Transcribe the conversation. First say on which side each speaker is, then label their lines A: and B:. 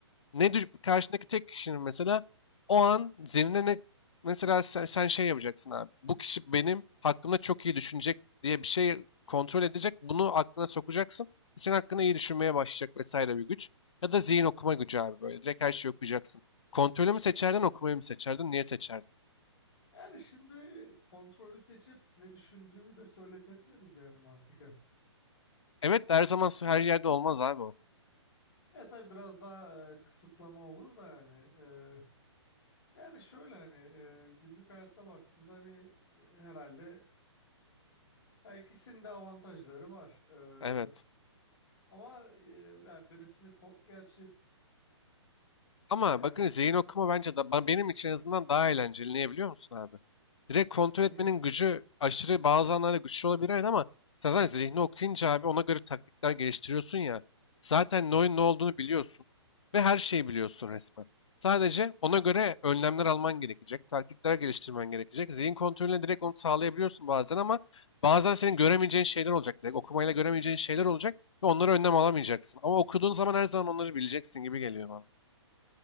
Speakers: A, on the left (about 80°); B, on the left (about 50°).
A: ne düş- karşındaki tek kişinin mesela o an zihnine ne mesela sen, sen şey yapacaksın abi. Bu kişi benim hakkımda çok iyi düşünecek diye bir şey kontrol edecek. Bunu aklına sokacaksın. Senin hakkında iyi düşünmeye başlayacak vesaire bir güç. Ya da zihin okuma gücü abi böyle. Direkt her şeyi okuyacaksın. Kontrolü mü seçerdin, okumayı mı seçerdin, niye seçerdin?
B: Yani şimdi kontrolü seçip ne düşündüğümü de söyletebiliriz yani mantıken.
A: Evet de her zaman her yerde olmaz abi o.
B: E tabii biraz daha e, kısıtlama olur da yani. e, yani şöyle hani e, günlük hayatta baktığında hani e, herhalde ya ikisinin de avantajları var.
A: Evet.
B: E, Ama e, yani birisini ko- gerçi
A: Ama
B: yani
A: bakın zihin okuma bence da, ba- benim için en azından daha eğlenceli. Niye biliyor musun abi? Direkt kontrol
B: ne?
A: etmenin gücü aşırı bazı anlarda güçlü olabilir evet, ama sen zaten zihni okuyunca abi ona göre taktikler geliştiriyorsun ya. Zaten ne oyun ne olduğunu biliyorsun ve her şeyi biliyorsun resmen. Sadece ona göre önlemler alman gerekecek, taktikler geliştirmen gerekecek. Zihin kontrolüne direkt onu sağlayabiliyorsun bazen ama bazen senin göremeyeceğin şeyler olacak. Direkt okumayla göremeyeceğin şeyler olacak ve onlara önlem alamayacaksın. Ama okuduğun zaman her zaman onları bileceksin gibi geliyor bana.